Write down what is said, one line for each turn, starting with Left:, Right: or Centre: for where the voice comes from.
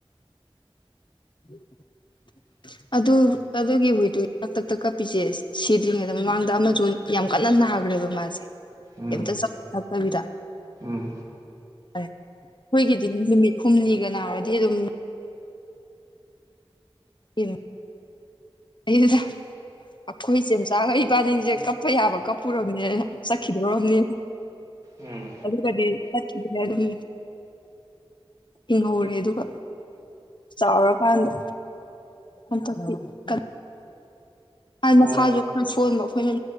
Left: ꯎꯝ
Right: ꯎ <unintelligible>
Left: ꯑꯗꯨ ꯑꯗꯨꯒꯤ ꯍꯨꯏꯗ ꯇꯥꯛꯇꯛꯇꯛ ꯀꯞꯄꯤꯁꯦ ꯁꯤꯗ꯭ꯔꯤꯉꯩꯗ ꯃꯃꯥꯡꯗ ꯑꯃꯖꯣꯟ ꯌꯥꯝ ꯀꯟꯅ ꯅꯥꯕ ꯕ ꯃꯥꯁꯦꯇꯕꯤꯗ
Right: ꯎꯝ ꯎꯝ
Left: ꯑꯩꯈꯣꯏꯒꯤꯗꯤ ꯅꯨꯃꯤꯠ ꯍꯨꯝꯅꯤꯒ ꯅꯥꯔꯗꯤ ꯑꯗꯨꯝ ꯗ <inaudible> ꯑꯩꯈꯣꯏ ꯆꯦꯆꯥꯒ ꯏꯕꯥꯅꯤꯁꯦ ꯀꯞꯄ ꯌꯥꯕ ꯀꯞꯄꯨꯔꯕꯅꯦ ꯆꯠꯈꯤꯗꯧꯔꯕꯅꯦ
Right: ꯎꯝ
Left: ꯑꯗꯨꯗꯤ ꯆꯠꯈꯤꯗꯅꯦ ꯑꯗꯨꯝ ꯏꯪꯍꯧꯔꯦ ꯑꯗꯨꯒ ꯆꯥꯎꯔꯀꯥꯟꯗ ꯍꯄꯤ ꯀ <unintelligible> ꯃꯥ ꯃꯁꯥꯁꯨ
Right: ꯑꯣ
Left: ꯈꯔ ꯁꯣꯟꯕ ꯑꯩꯈꯣꯏꯅ